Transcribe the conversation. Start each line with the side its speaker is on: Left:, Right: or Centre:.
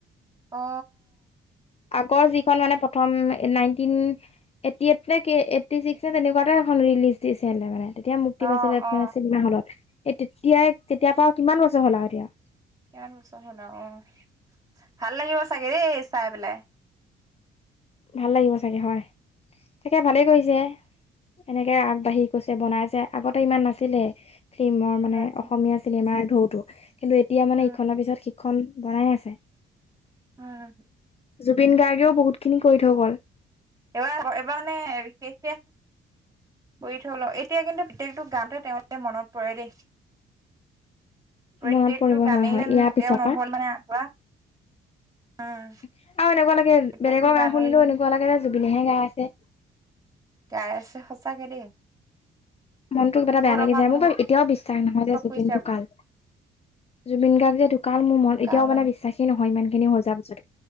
Right: অ
Left: আগৰ যিখন মানে প্ৰথম নাইনটিন এইতটি এইত নে কি এইতটি ছিক্সথ এনেকুৱাতে এইখন ৰিলিজ দিছে হে মানে তেতিয়া মুক্তি
Right: অ
Left: পাইছিলেে
Right: অ
Left: চিনেমা হলত এ তেতিয়াই তেতিয়া পৰা কিমান বছৰ হ'ল আৰু এতিয়া
Right: কিমান বছৰ হ'ল আৰু অ ভাল লাগিব চাগে দেই চাই পেলাই
Left: ভাল লাগিব চাগে হয় তাকে ভালেই কৰিছে এনেকে আগ বাঢ়ি গৈছে বনাইছে আগতে ইমান নাছিলে ফিল্মৰ মানে
Right: নাছিলে
Left: অসমীয়া চিনেমাৰ ঢৌতো কিন্তু এতিয়া মানে
Right: উম
Left: ইখনৰ পিছত সিখন বনাই আছে।
Right: উম
Left: জুবিন গাৰ্গ- এ ও বহুত খিনি কৰি থৈ গ'ল
Right: এবাৰ এবাৰ মানে বিষেষকে বৈ থৈ ল এতিয়া কিন্তু প্ৰত্যেকটো গানটো তেওঁলোকে মনত পৰে দেই। প্ৰত্যেকটো
Left: মনত পৰিব
Right: গানেই
Left: হয় হয়
Right: যেন
Left: ইয়াৰ
Right: তেওঁ
Left: পিছৰ
Right: নহল
Left: পৰা।
Right: মানে আধৰুৱা উম
Left: আৰু এনেকুৱা লাগে
Right: প্ৰত্যেকটো
Left: বেলেগৰ
Right: গানেই
Left: গান শুনিলেও
Right: যেন
Left: এনেকুৱা লাগে যেন জুবিনেহে গাই আছে। <inaudible>
Right: গাই আছে সঁচাকে দেই।
Left: মনটো কিবা এটা
Right: বহুত
Left: বেয়া লাগি
Right: অভাৱ
Left: যায়
Right: অনুভৱ
Left: মোৰ এতিয়াও বিশ্বাস নহয় যে জুবিন
Right: কৰিছে
Left: ঢুকাল। জুবিন গাৰ্গ যে ঢুকাল মোৰ মন
Right: ঢুকাল
Left: এতিয়াও মানে
Right: ন
Left: বিশ্বাসে নহয় ইমান খিনি হৈ যোৱাৰ পিছত